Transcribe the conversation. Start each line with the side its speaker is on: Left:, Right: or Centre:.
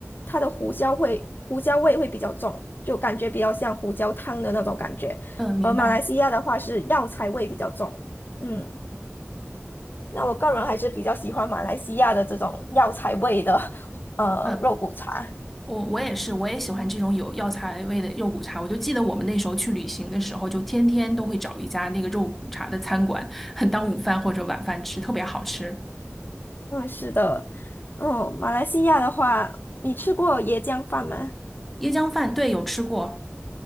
Left: 它的胡椒会胡椒味会比较重，就感觉比较像胡椒汤的那种感觉，
Centre: 嗯，明白，
Left: 而马来西亚的话是药材味比较重。嗯，那我个人还是比较喜欢马来西亚的这种药材味的呃肉骨茶。
Centre: 嗯。我我也是，我也喜欢这种有药材味的肉骨茶。我就记得我们那时候去旅行的时候，就天天都会找一家那个肉骨茶的餐馆，很当午饭或者晚饭吃，特别好吃。
Left: 嗯，是的，嗯，马来西亚的话，你吃过椰浆饭吗？
Centre: 椰浆饭，对，有吃过，